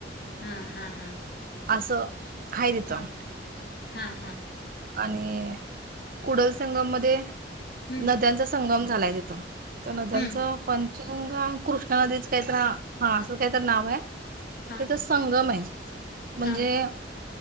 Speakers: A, on the left; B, on the right.
A: हा हा हा
B: असं आहे तिथं
A: हा हा हा
B: आणि कुडल संगम मध्ये
A: हम्म
B: नद्यांचा संगम झालाय त्या नद्यांचं
A: हम्म
B: पंचंग कृष्ण नदीचं काहीतरी हा असं काहीतरी नाव आहे
A: हा
B: त्याचा संगम आहे म्हणजे
A: हा